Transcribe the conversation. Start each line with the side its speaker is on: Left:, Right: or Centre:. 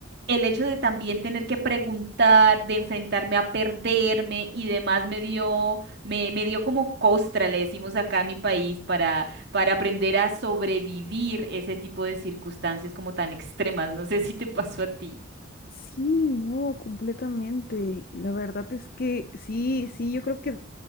Right: el hecho de también tener que preguntar, de enfrentarme a perderme y demás me dio me, me dio como costra, le decimos acá en mi país, para, para aprender a sobrevivir ese tipo de circunstancias como tan extremas. No sé si te pasó a ti.
Left: Sí, no, completamente. La verdad es que sí, sí, yo creo que